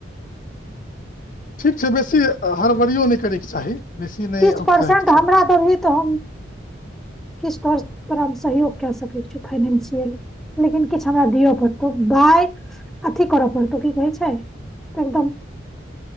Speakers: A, on the left; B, in the centre.
A: ठीक छै बेसी हड़बरीयो नइ करयके चाही बेसी नहि
B: किछु
A: औगतायके
B: परर्सेंट हमरा देबही तऽ हम किछु तोहर तोरा हम सहयोग कए सकैत छी फाइनेशियल लेकिन किछ हमरा दिअ पड़तौ बाय अथी कर पड़तो की कहै छै एकदम